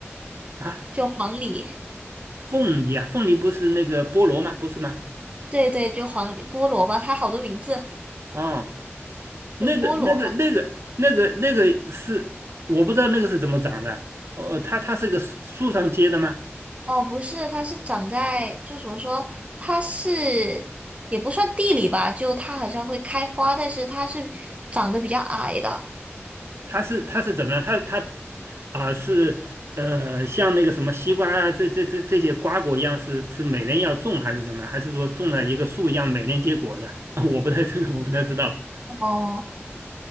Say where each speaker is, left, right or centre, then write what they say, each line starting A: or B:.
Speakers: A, on the right (about 70°); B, on the right (about 30°).
A: 啊，
B: 就黄梨，
A: 凤梨啊，凤梨不是那个菠萝吗？不是吗？
B: 对对，就黄梨菠萝吧，它好多名字，
A: 哦，那个那个那个那个那个是我不知道那个是怎么长的，
B: 就菠萝吧。
A: 呃，它它是个树树上结的吗？
B: 哦，不是，它是长在，就怎么说，它是也不算地里吧，就它好像会开花，但是它是长得比较矮的。
A: 它是它是怎么了？它它啊、是呃像那个什么西瓜啊，这这这这些瓜果一样是，是每年要种还是怎么样？还是说种了一个树一样每年结果的？<laughs> 我不太这个 <laughs> 我不太知道。
B: 哦。